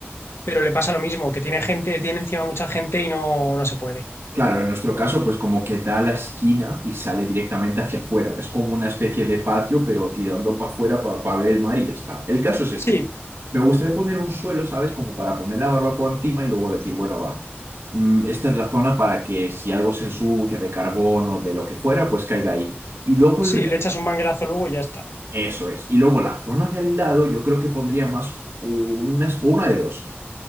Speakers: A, on the left; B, on the right.
A: Pero le pasa lo mismo, que tiene gente, tiene encima mucha gente y no, no se puede.
B: Claro, en nuestro caso, pues como que da la esquina y sale directamente hacia afuera. Es como una especie de patio, pero tirando para afuera para ver el mar y ya está. El caso es este.
A: Sí,
B: Me gustaría poner un suelo, ¿sabes? Como para poner la barbacoa encima y luego decir, bueno, va, mm, esta es la zona para que si algo se ensucia de carbón o de lo que fuera, pues caiga ahí. Y luego
A: sí,
B: el... re-
A: le echas un manguerazo luego y ya está.
B: Eso es. Y luego la zona de al lado, yo creo que pondría más una, una de dos.